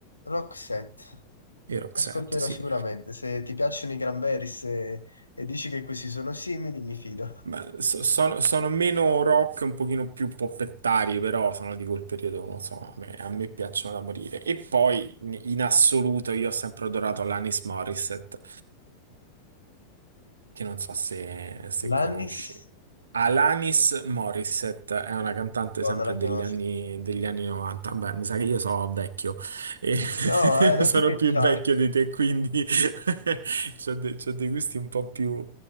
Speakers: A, on the left (about 80°); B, on the right (about 70°).
A: Roxette,
B: I Roxette,
A: ascolterò
B: sì.
A: sicuramente. Se ti piacciono i Cranberries e, e dici che questi sono simili, mi fido.
B: Ma so- sono, sono meno rock, un pochino più poppettari, però sono di quel periodo, non so, a me, a me piacciono da morire. E poi, in in assoluto, io ho sempre adorato l'Anis Morissette. che non so se, se
A: Lannis?
B: conosci. Alanis Morissette è una cantante
A: No,
B: sempre
A: non la
B: degli
A: conosco.
B: anni, degli anni 90. Beh, mi sa che io sono vecchio e <laughs>
A: No, eh, non
B: sono
A: ti pensare.
B: più vecchio di te, quindi <laughs> c'ho de- c'ho dei gusti un po' più,